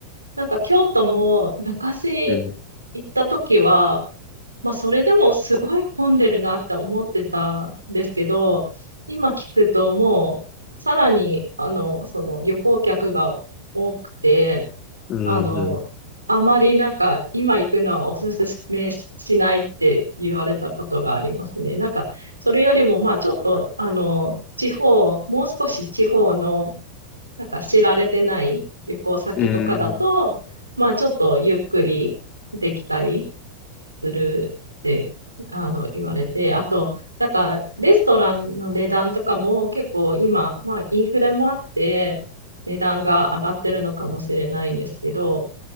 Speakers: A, on the right (about 85°); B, on the left (about 30°).
A: なんか京都も昔行った時は、
B: うん、
A: まあそれでもすごい混んでるなって思ってたんですけど、今聞くともうさらにあの、その旅行客が多くて、
B: うん、
A: あの、あまりなんか今行くのはおすすめしないって言われたことがありますね。なんかそれよりもまあちょっとあの、地方、もう少し地方のなんか知られてない旅行先とかだと、
B: うん、うん、
A: まあちょっとゆっくりできたりするってあの言われて、あと、なんかレストランの値段とかも結構今、まあインフレもあって値段が上がってるのかもしれないんですけど、